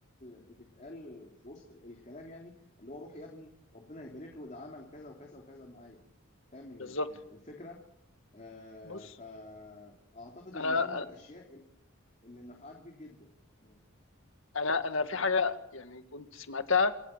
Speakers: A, on the left; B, on the left.
A: بتتقال في وسط الكلام يعني اللي هو روح يا ابني ربنا يبارك له ده عمل كذا وكذا وكذا معايا فاهم ال-
B: بالظبط
A: آه، الفكره آه
B: بص
A: فأعتقد إن
B: انا
A: دي من الأشياء ال- اللي نفعها كبير جدا مم.
B: انا انا في حاجه يعني كنت سمعتها